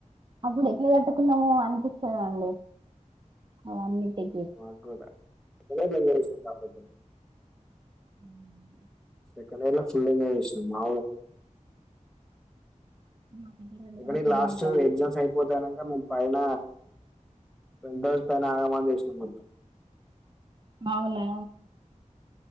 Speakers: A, on the right; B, in the centre.
A: అప్పుడు ఎట్లా కట్టుకున్నామో అనిపిస్తుందండి అవన్నిటికి
B: మాగదష కాపోతు
A: ఉ
B: సెకండ్ ఇర్ ఫుల్ మా
A: నాకైతే రెండు
B: ఎకం
A: సంవత్సరాలు
B: లాస్ట్
A: అంతే అండి
B: ఎగ్జామ్స్ అయిపోతా అనక మ పైన రెండు రోజుల పైన ఆగమన చేసిన మొత్తం
A: అవునా